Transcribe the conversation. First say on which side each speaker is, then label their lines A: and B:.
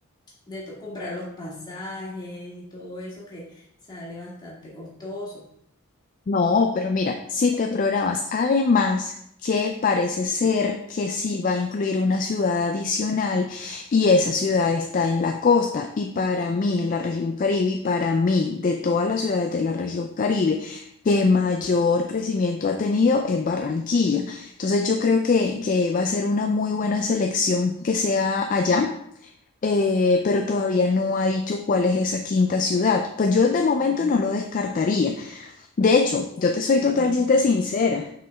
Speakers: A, on the left (about 20°); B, on the left (about 35°).
A: de to- comprar los pasajes y todo eso que sale bastante costoso.
B: No, pero mira, si te programas, además que parece ser que sí va a incluir una ciudad adicional y esa ciudad está en la costa y para mí, en la región Caribe y para mí, de todas las ciudades de la región Caribe, que mayor crecimiento ha tenido es Barranquilla. Entonces yo creo que, que va a ser una muy buena selección que sea allá. eh, pero todavía no ha dicho cuál es esa quinta ciudad. Pues yo de momento
A: Mm,
B: no lo descartaría. De hecho,
A: ok.
B: yo te soy totalmente sincera.